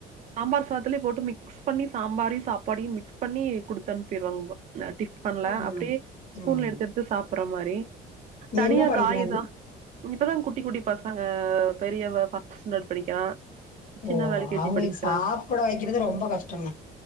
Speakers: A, on the right (about 45°); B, on the left (about 50°).
A: சாம்பார் சாதத்லியேப் போட்டு மிக்ஸ் பண்ணி சாம்பாரியு சாப்பாடியு மிக்ஸ் பண்ணி குடுத்தன்ப்பிருவங்வ ந டிப் பண்ல
B: ம்
A: அப்டியே ஸ்பூன்ல
B: ம்
A: எடுத்து எடுத்து சாப்பிற மாரி தனியாக்
B: என்ன படிக்கிறாங்க
A: காயிதா இப்பதாங் குட்டி குட்டி பசங்க பெரியவ ஃபர்ஸ்ட் ஸ்டாண்டடு படிக்கிறா சின்னவ
B: ஓ
A: எல் கே
B: அவுங்கிளுக்
A: ஜி படிக்கிறாங்
B: சாப்பட வெக்கிறது ரொம்ப கஷ்டங்க